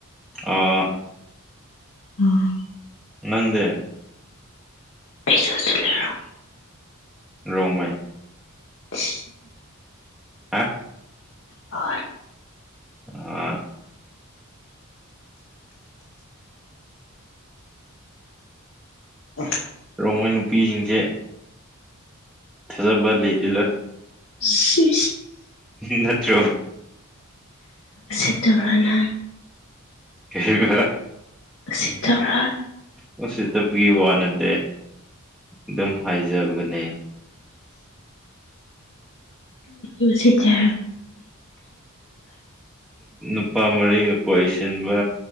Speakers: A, in the centre; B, on the left.
A: ꯑꯥ
B: ꯎꯝ
A: ꯅꯪꯗꯦ
B: ꯄꯩꯁꯥ ꯆ ꯂꯩꯔꯣ
A: ꯔꯣꯝ
B: ꯎ
A: ꯍꯥꯥ
B: ꯍ
A: ꯎ
B: ꯑ
A: ꯔꯣ ꯃꯣꯏ ꯅꯨꯄꯤꯁꯤꯡꯁꯦ ꯊꯥꯖꯕ ꯂꯩꯇꯦꯗ
B: ꯎ
A: ꯅꯠꯇ꯭ꯔꯣ
B: ꯁꯤ ꯇꯧꯔꯅ
A: <unintelligible>
B: ꯁꯤꯠꯇꯧ꯭ꯔꯥ
A: ꯃꯁꯤꯠꯇꯕꯒꯤ ꯋꯥꯅꯗꯦ ꯑꯗꯨꯝ ꯍꯥꯏꯖꯕꯅꯦ
B: ꯎꯆ ꯆ
A: ꯅꯨꯄꯥ ꯃꯔꯤꯒ ꯀꯣꯏꯁꯤꯟꯕ